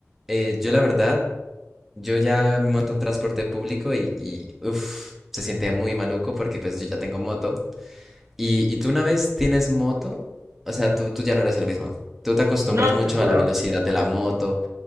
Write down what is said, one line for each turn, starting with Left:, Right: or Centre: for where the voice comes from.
Centre: eh, yo la verdad Yo ya me monto en transporte público y, y uf, se siente muy maluco porque pues yo ya tengo moto. Y, y tú una vez tienes moto, o sea, tú, tú ya no eres el mismo. Tú te acostumbras
Right: No,
Centre: mucho
Right: te juro.
Centre: a la velocidad de la moto,